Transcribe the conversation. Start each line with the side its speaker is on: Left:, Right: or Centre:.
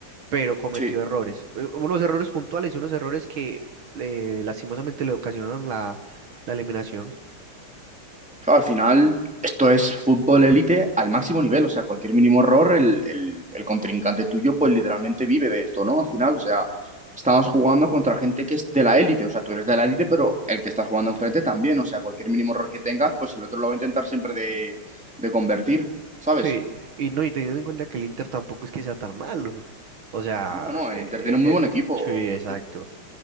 Right: pero cometió
Centre: Sí,
Right: errores. Eh, Unos errores puntuales y unos errores que eh, lastimosamente le ocasionaron la, la eliminación.
Centre: Claro, al final, esto es fútbol élite al máximo nivel, o sea, cualquier mínimo error, el, el- el contrincante tuyo, pues literalmente vive de esto, ¿no? Al final, o sea, estamos jugando contra gente que es de la élite, o sea, tú eres de la élite, pero el que está jugando enfrente también, o sea, cualquier mínimo error que tengas, pues el otro lo va a intentar siempre de, de convertir, ¿sabes?
Right: Sí, y no, y teniendo en cuenta que el Inter tampoco es que sea tan malo. O sea,
Centre: No, no,
Right: eh,
Centre: el Inter
Right: eh,
Centre: tiene un muy buen equipo,
Right: eh, sí, exacto.
Centre: por cierto.